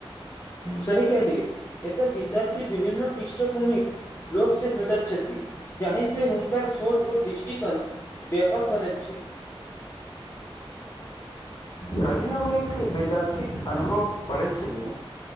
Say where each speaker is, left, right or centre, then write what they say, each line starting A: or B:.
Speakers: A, on the left (about 30°); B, on the left (about 50°).
A: सही कहलिए एतय विद्यार्थी विभिन्न पृष्ठभूमिक लोकसे भेटत छथि, जाहिसे हुनकर सोच आ दृष्टिकोण व्याप- <unintelligible> बनैत छै
B: काल्हि हम एक विद्यार्थीके अनुभव पढ़ै छलहुँ